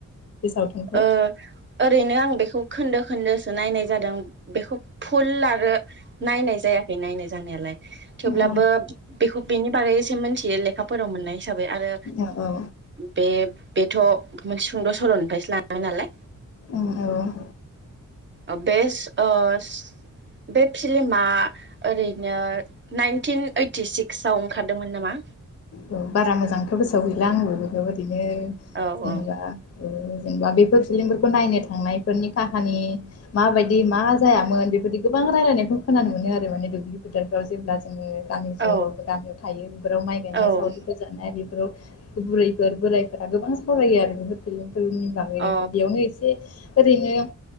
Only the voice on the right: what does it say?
ओ ओरैनो आं बेखौ खोनदो खोन्दोसो नायनाय जादों बेखौ फुल आरो नायनाय जायाखै नायनाय जानायालाय थेवब्लाबो
बेखौ बेनि बागैसो मिथियो ले लेखाफोराव मोननाय हिसाबै आरो
बे बेथ मोनसे सुंद सलनिफ्रायसो ला नालाय
अबेस अस बे फिल्मा ओरैनो नाइनटिन ओइटि सिक्स आव ओंखारदोंमोन नामा
औ
औ
औ
औ
अ